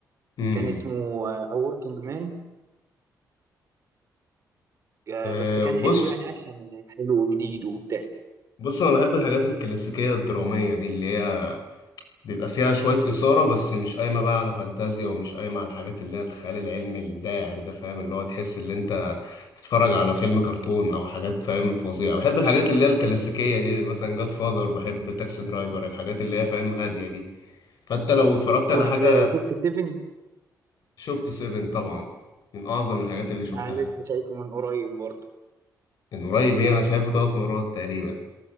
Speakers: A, on the left; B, on the right.
A: امم
B: كان اسمه آه، A Working Man آه،
A: أه
B: بس كان
A: بص
B: حلو يعني أكشن حلو وجديد وبتاع
A: بص انا بحب الحاجات الكلاسيكيه الدراميه دي اللي هي بيبقى فيها شويه اثاره بس مش قايمه بقى على فانتازيا ومش قايمه على الحاجات اللي هي الخيال العلمي الداعر ده فاهم اللي هو تحس ان انت تتفرج على فيلم كرتون او حاجات فاهم فظيعه بحب الحاجات اللي هي الكلاسيكيه دي مثلا جاد فاذر بحب تاكسي درايفر الحاجات اللي هي فاهم هاديه دي فانت لو اتفرجت
B: شفت
A: على حاجة
B: آه، شفت سيفن؟
A: شفت سيفن طبعا من اعظم الحاجات اللي شفتها
B: أنا لسه شايفه من قريب برضه
A: من قريب ايه انا شايفه ثلاث مرات تقريبا